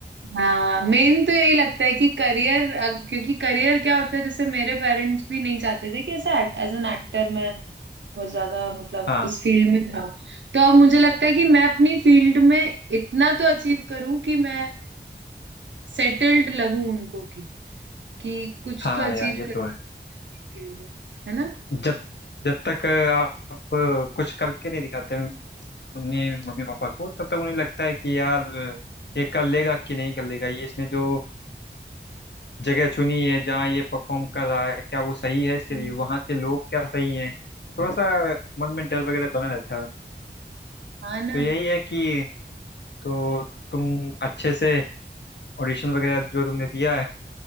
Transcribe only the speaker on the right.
हाँ मेन तो यही लगता है कि करियर क्योंकि करियर क्या होता है जैसे मेरे पेरेंट्स भी नहीं चाहते थे कि ऐसा एज एन एक्टर मैं बहुत ज्यादा मतलब
उस फील्ड में जाऊं तो अब मुझे लगता है कि मैं अपनी फील्ड में इतना तो अचीव करूं कि मैं सेटल्ड लगूं उनको की कि कुछ
तो अचीव
करूं
अपनी फील्ड में है ना
हम्म।
हाँ ना